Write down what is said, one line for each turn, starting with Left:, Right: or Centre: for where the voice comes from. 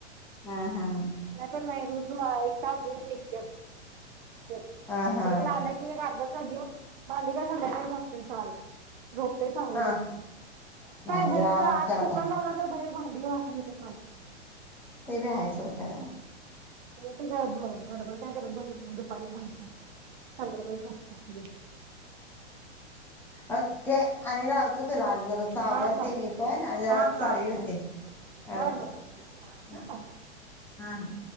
Centre: हां हां.
Right: <unintelligible> एक तास येत्याचं. ते
Centre: ह हा
Right: एक आल की एक आर्धा तास जेऊन भांडी काय संद्याकाळी गसतोय साला. झोपतोय चांगलं
Centre: ह
Right: बाई,
Centre: नाही
Right: काय भायचं
Centre: जरा आराम
Right: आत
Centre: कर
Right: कुकर
Centre: आता
Right: लावला तर बाहेर ते भांडी गासुन देत्यात माझी.
Centre: ते बी हाय. चल खरं.
Right: मोठी गडबड गडबड काय करत बसत नाय दुपारी भांडी घासू संद्याकाळी घासू.
Centre: ओके आणि राव <inaudible> जरासं आवरते
Right: हा चालतंय
Centre: मी पण आणि जरासं
Right: हा हा
Centre: आढवी होते,
Right: बरं
Centre: ओके
Right: बरं चालतंय ठेवू
Centre: हा
Right: काय
Centre: हा हा.